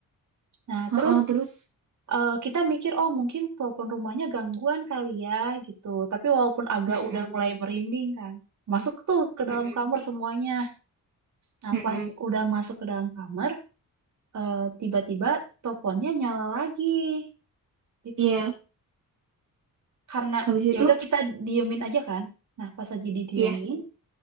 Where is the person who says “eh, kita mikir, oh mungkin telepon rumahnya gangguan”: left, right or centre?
Right